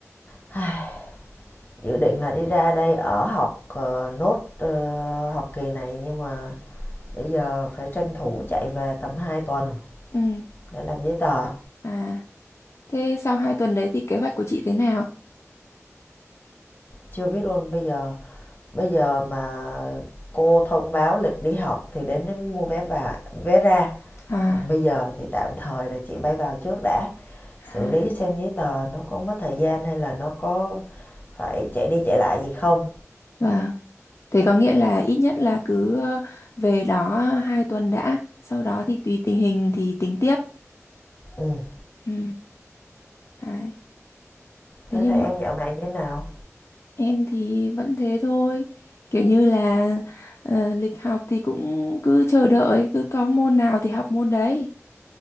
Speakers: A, on the left; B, on the left.
A: Ai, dự định là đi ra đây ở học ờ, nốt ờ, học kỳ này nhưng mà bây giờ phải tranh thủ chạy về tầm 2 tuần
B: Ừ.
A: để làm giấy tờ.
B: À, thế sau hai tuần đấy thì kế hoạch của chị thế nào?
A: Chưa biết luôn bây giờ bây giờ mà cô thông báo lịch đi học thì đến đấy mới mua vé và vé ra
B: À,
A: Còn bây giờ thì tạm thời là chị bay vào trước đã, xử
B: à,
A: lý xem giấy tờ nó có mất thời gian hay là nó có phải chạy đi chạy lại gì không.
B: vâng. Thế có nghĩa là ít nhất là cứ ờ, về đó hai tuần đã, sau đó thì tùy tình hình thì tính tiếp.
A: Ừm,
B: Ừ. Đấy. Thế
A: tới
B: nhưng
A: đây em
B: mà
A: dạo này như thế nào?
B: em thì vẫn thế thôi. Kiểu như là ờ, lịch học thì cũng cứ chờ đợi, cứ có môn nào thì học môn đấy.